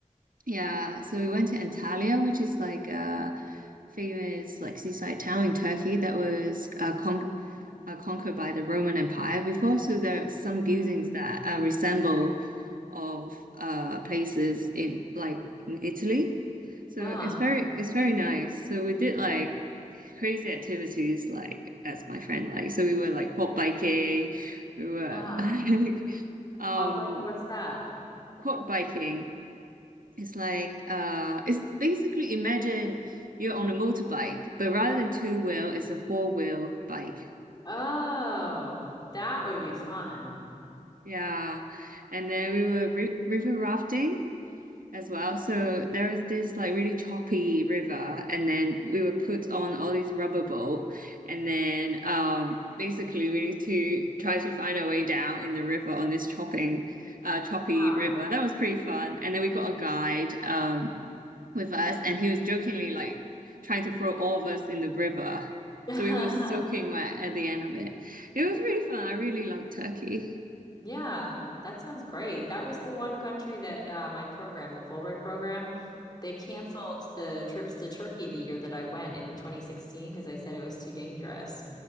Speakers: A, on the right; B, on the left.
A: yeah, so we went to Antalya, which is like a famous like seaside town in Turkey that was uh, con uh, conquered by the Roman Empire before. So there are some buildings
B: Mm.
A: that uh, resemble of uh, places in like in Italy. So
B: uh-huh
A: it's very it's very nice. So we did like crazy activities like as my friend like. So we were like quad biking. We were
B: uh-huh
A: <laughs> like um
B: hot biking. what's that
A: quad biking. It's like uh it's basically imagine you're on a motorbike, but rather than two wheel, it's a four wheel bike.
B: oh that would
A: Yeah.
B: be fun
A: Yeah. And then we were ri river rafting as well. So there is this like really choppy river, and then we were put on all these rubber boat, and then um basically we need to try to find our way down in the river on this chopping uh choppy
B: wow
A: river. That was pretty fun. And then we got a guide um with us, and he was jokingly like trying to throw all of us in the river.
B: <laughs> uh-huh
A: So we were soaking wet at the end of it. It was really fun. I really liked Turkey.
B: Yeah, that sounds great. That was the one country that uh, my program, the Fulbright program, they canceled the trips to Turkey the year that I went in 2016 because they said it was too dangerous.